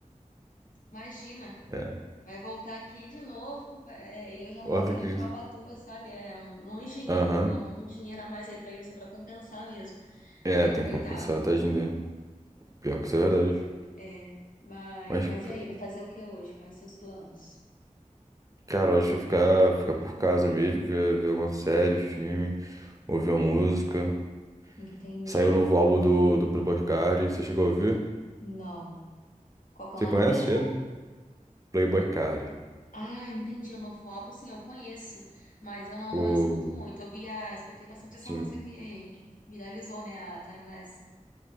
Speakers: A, on the left (about 75°); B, on the right (about 25°).
A: Imagina.
B: É,
A: Vai voltar aqui de novo. é, e eu já moro
B: volta
A: em
B: aqui de
A: Ubatuba,
B: novo.
A: sabe? É um longinho.
B: Aham.
A: Eu vou dar um dinheiro a mais aí pra ele só pra compensar mesmo.
B: É,
A: Porque,
B: tem
A: coitado.
B: que compensar, tadinho dele. Pior que isso é verdade.
A: É. Mas,
B: Mas,
A: mas e
B: c-
A: aí? Vai fazer o que hoje? Quais seus planos?
B: cara, eu acho que eu ficar, ficar por casa mesmo, ver, ver alguma série, filme, ouvir uma música.
A: Entendi.
B: Saiu o novo álbum do, do Playboy Carti, você chegou a ouvir?
A: Não. Qual que é
B: Você
A: o nome
B: conhece
A: mesmo?
B: ele? Playboy Carti.
A: Ah, entendi. O novo álbum, sim, eu conheço, mas eu não,
B: O...
A: não escuto muito. Eu via, escutei bastante essa
B: Sim,
A: música que viralizou, né? A Timeless.